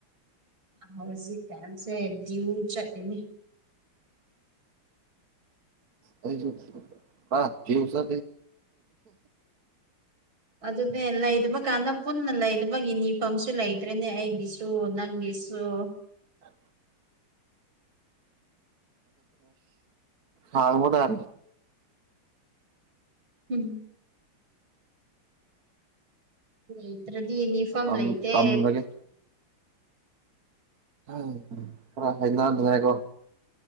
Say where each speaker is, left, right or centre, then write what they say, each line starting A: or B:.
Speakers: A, on the right (about 65°); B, on the right (about 50°).
A: ꯍꯧꯖꯤꯛ ꯀꯥꯟꯁꯦ ꯌꯎ ꯆꯠꯗꯅꯦ
B: ꯑꯩꯁꯨ ꯊꯁ
A: ꯑꯗꯨꯅꯦ ꯂꯩꯗꯕ ꯀꯥꯟꯗ ꯄꯨꯟꯅ ꯂꯩꯗꯕꯒꯤ ꯅꯤꯐꯝꯁꯨ ꯂꯩꯇ꯭ꯔꯦꯅꯦ ꯑꯩꯒꯤꯁꯨ ꯅꯪꯒꯤꯁꯨ ꯑꯁꯨꯣ
B: ꯑ ꯊꯕꯗ
A: ꯍꯝ ꯂꯩꯇ꯭ꯔꯗꯤ ꯌꯨꯅꯤꯐꯣꯔꯝ
B: ꯇꯝ
A: ꯂꯩꯇꯦ
B: ꯇꯝꯔꯒꯦ ꯍ ꯈꯔ ꯍꯥꯏꯅꯗꯉꯀꯣ